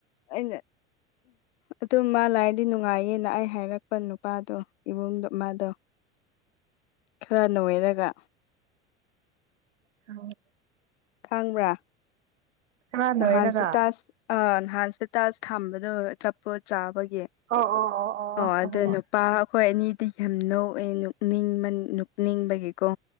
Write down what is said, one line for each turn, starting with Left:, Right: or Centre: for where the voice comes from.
Left: ꯑꯩꯅ ꯑꯗꯨ ꯃꯥ ꯂꯥꯛꯔꯗꯤ ꯅꯨꯡꯉꯥꯏꯌꯦ ꯂꯥꯛ ꯑꯩ ꯍꯥꯏꯔꯛꯄ ꯅꯨꯄꯥꯗꯣ ꯏꯕꯨꯡꯗꯣ ꯃꯥꯗꯣ ꯈꯔ ꯅꯣꯏꯔꯒ
Right: ꯍ
Left: ꯈꯪꯕ꯭ꯔꯥ
Right: ꯈꯔ
Left: ꯅꯍꯥꯟꯁꯦ
Right: ꯅꯣꯏꯔꯒ
Left: ꯇꯥꯁ ꯑ ꯅꯍꯥꯟꯁꯦ ꯇꯖ ꯊꯥꯝꯕꯗꯣ ꯆꯞꯄꯣ ꯆꯥꯕꯒꯤ
Right: ꯑꯣ ꯑꯣ
Left: ꯑꯣ ꯑꯗꯨ
Right: ꯑꯍꯣꯏ
Left: ꯅꯨꯄꯥ ꯑꯩꯈꯣꯏ ꯑꯅꯤ ꯗꯤ ꯌꯥꯝ ꯅꯣꯛꯑꯦꯅꯤꯡꯕ ꯅꯣꯛꯅꯤꯡꯕꯒꯤꯀꯣ